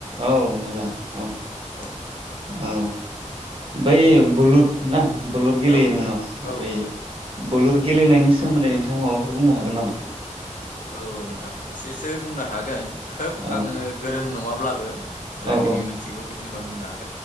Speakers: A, on the right; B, on the left.
A: औ मोजां औ
B: औ
A: अ बै बुलुर ना? बुलुर गेलेयो
B: औ नोंथां
A: नोङो न'
B: औ
A: बै
B: नोंथां
A: बुलुर गेलेनायनि सोमोन्दै नोंथाङा माबाफोर बुंनो हागोन नामा?
B: औ नोंथां एसेसो बुंनो हागोन खोब
A: औ
B: आङो गोरों नङाब्ला बो जाखिनि
A: औ औ
B: मोनथिगौ बेखिनि बां बुंनो हा